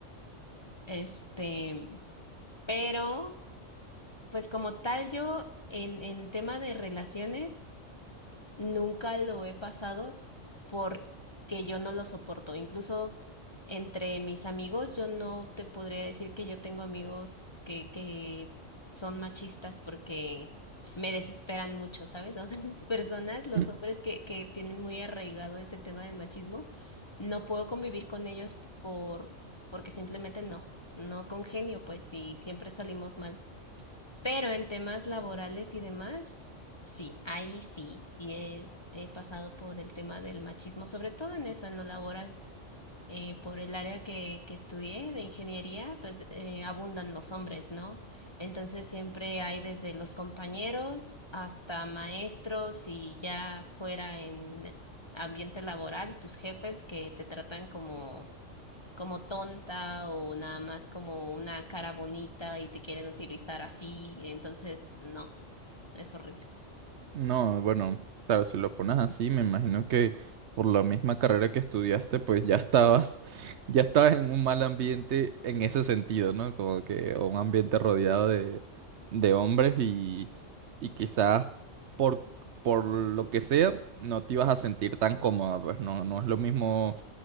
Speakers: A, on the left; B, on the right.
A: Este, pero... Pues como tal, yo en, en tema de relaciones nunca lo he pasado porque yo no lo soporto. Incluso entre mis amigos, yo no te podría decir que yo tengo amigos que, que son machistas porque me desesperan mucho, ¿sabes? O sea, <laughs> las personas,
B: <clears throat>
A: los hombres que, que tienen muy arraigado este tema del machismo, no puedo convivir con ellos por, porque simplemente no, no congenio, pues, y siempre salimos mal. Pero en temas laborales y demás, sí, ahí sí, sí he, he pasado por el tema del machismo, sobre todo en eso, en lo laboral. Eh, por el área que, que estudié de ingeniería, pues eh, abundan los hombres, ¿no? Entonces siempre hay desde los compañeros hasta maestros y ya fuera en ambiente laboral, tus jefes que te tratan como como tonta o nada más como una cara bonita y te quieren utilizar así, entonces no, es horrible.
B: No, bueno, claro, si lo pones así, me imagino que por la misma carrera que estudiaste, pues ya estabas, <laughs> ya estabas en un mal ambiente en ese sentido, ¿no? Como que o un ambiente rodeado de, de hombres y, y quizás por, por lo que sea, no te ibas a sentir tan cómoda, pues no, no es lo mismo